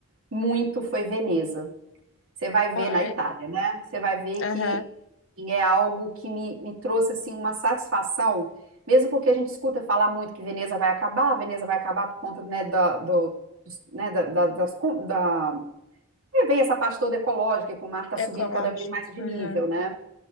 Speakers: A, on the right (about 75°); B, on the left (about 60°).
A: muito foi Veneza. Você vai ver
B: Ah,
A: na
B: é?
A: Itália, né? Você vai ver
B: Aham,
A: que assim, é algo que me, me trouxe assim uma satisfação, mesmo porque a gente escuta falar muito que Veneza vai acabar, Veneza vai acabar por conta, né, da, do, dos- né, da, da- das, con- da... É, Vem essa parte toda ecológica, que o mar está subindo
B: Ecológico.
A: cada vez mais de
B: Aham.
A: nível, né?